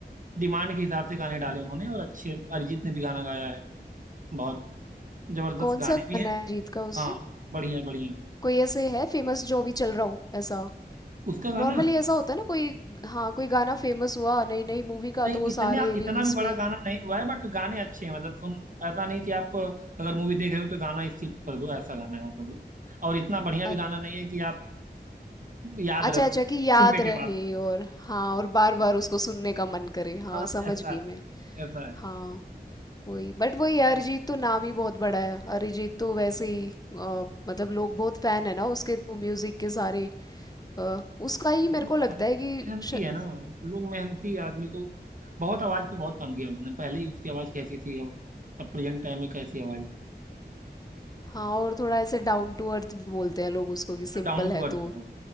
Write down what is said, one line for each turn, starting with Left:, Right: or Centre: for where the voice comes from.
Right: डिमांड के हिसाब से गाने डाले उन्होंने और अच्छे अरिजीत ने भी गाना गाया है तो बहुत जबरदस्त
Left: कौन
Right: गाने
Left: सा गाना
Right: भी हैं
Left: है अरिजीत का उसमें
Right: हाँ बढ़िया बढ़िया
Left: कोई ऐसे है फेमस जो भी चल रहा हो ऐसा
Right: उसका गाना
Left: नॉर्मली ऐसा होता है ना कोई हाँ कोई गाना फेमस हुआ नई नई मूवी का
Right: नहीं
Left: तो वो
Right: इतने
Left: सारे
Right: इतना
Left: रील्स
Right: भी बड़ा
Left: में
Right: गाना नहीं हुआ है बट गाने अच्छे हैं मतलब सुन ऐसा नहीं कि आप अगर मूवी देख रहे हो तो गाना स्किप कर दो ऐसा गाना है मतलब वो और इतना बढ़िया
Left: अ-
Right: भी गाना नहीं है कि आप याद
Left: अच्छा
Right: रखो
Left: अच्छा
Right: सुनने
Left: कि याद रहे
Right: के बाद
Left: और हाँ और बार बार उसको सुनने का मन करे हाँ
Right: हाँ
Left: समझ
Right: ऐसा
Left: गई मैं
Right: है ऐसा है
Left: हाँ वही बट वही अरिजीत तो नाम ही बहुत बड़ा है अरिजीत तो वैसे ही अ, मतलब लोग बहुत फैन है ना उसके तो म्यूजिक के सारे अ, उसका ही मेरे
Right: बहुत
Left: को लगता
Right: मेहनत
Left: है कि
Right: मेहनती
Left: श...
Right: है ना लोग मेहनती आदमी को बहुत आवाज पे बहुत कम किया उसने पहले ही उसकी आवाज कैसी थी अब अब प्रेजेंट टाइम में कैसी आवाज
Left: हाँ और थोड़ा ऐसे डाउन टू अर्थ भी बोलते हैं लोग उसको कि सिंपल
Right: है डाउन टू
Left: है
Right: अर्थ
Left: तो
Right: बहुत